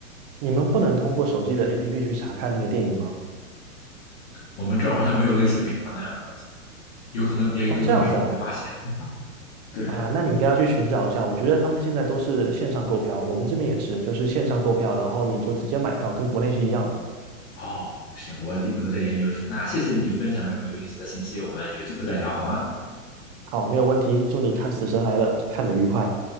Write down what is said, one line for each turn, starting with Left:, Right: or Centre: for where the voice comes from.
Right: 你们不能通过手机的 APP 去查看那个电影吗？
Left: 我们这儿好像没有类似美团那样的软件，有可能也有可能是我没发现。
Right: 哦，这样子啊，
Left: 对，
Right: 啊，那你应该要去寻找一下。我觉得他们现在都是线上购票，我们这边也是，就是线上购票，然后你就直接买票，跟国内是一样的。
Left: 哦，行，我我再研究一下。那谢谢你分享这么有意思的信息，我们有机会再聊好吗？
Right: 好，没有问题，祝你看《死神来了》看得愉快。